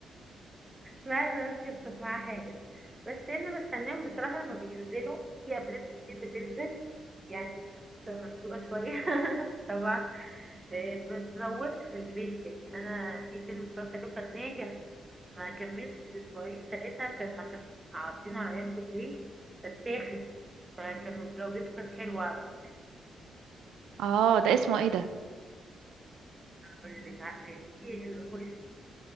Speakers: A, on the right; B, on the right.
A: ما ما مش يخطف معاها حاجه بس انا بستناهم بصراحه لما بينزلوا في افلام كتير بتنزل يعني بتبقى مسلوقة شوية <laughs> طبعا آه، ما تطولش خلي بالك يعني أنا في فيلم اتفرجت عليه كان ناجح ما كملش أسبوعين ثلاثة كان عشان عارضينه على يانجو بلاي فاتاخد فكان جودته كانت حلوة على آه،
B: اه ده اسمه ايه ده؟
A: اللي ع- في اللي هو اسمه